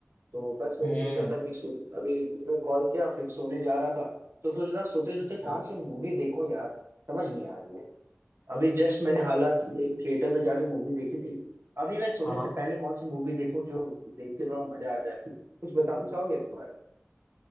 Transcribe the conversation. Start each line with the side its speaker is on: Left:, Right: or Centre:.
Right: तो बस वही
Left: हम्म
Right: सोचा था अभी सो, अभी तुम्हें कॉल किया फिर सोने जा रहा था तो सोच रहा सोते सोते
Left: अच्छा
Right: कौन सी मूवी देखूं यार समझ नहीं आ रही है अभी जस्ट मैंने हालांकि एक थिएटर में जाके मूवी देखी थी अभी मैं सोने
Left: हाँ
Right: से पहले कौन सी मूवी देखूं जो देख के थोड़ा मजा आ जाए कुछ बताना चाहोगे इस बारे